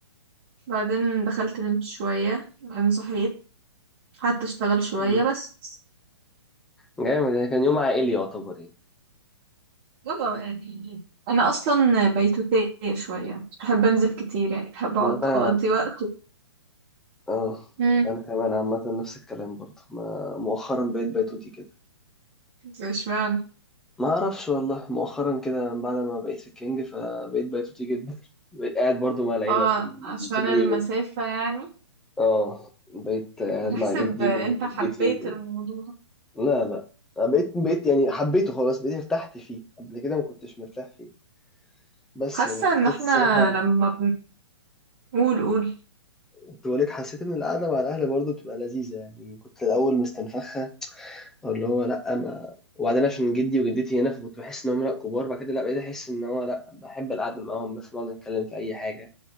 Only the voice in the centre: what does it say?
مم.
جامد يعني كان يوم عائلي يعتبر يعني
ما انا
اه
انا كمان عامه نفس الكلام برضه ما مؤخرا بقيت بيتوتي كده
ما اعرفش والله مؤخرا كده من بعد ما بقيت في الكينج فبقيت بيتوتي جدا <laughs> بقيت قاعد برضه مع العيله
طول
طول
اليوم
اه بقيت قاعد
مع جدي
وجدتي
لا لا أنا بقيت بقيت يعني حبيته خلاص بقيت ارتحت فيه قبل كده ما كنتش مرتاح فيه بس
يعني حسيت
الصراحة
كنت بقولك حسيت إن القعدة مع الأهل برضه بتبقى لذيذة يعني كنت في الأول مستنفخة أو اللي هو لأ ما وبعدين عشان جدي وجدتي هنا فكنت بحس إن هم لأ كبار بعد كده لأ بقيت أحس إن هو لأ بحب القعدة معاهم بس نقعد نتكلم في أي حاجة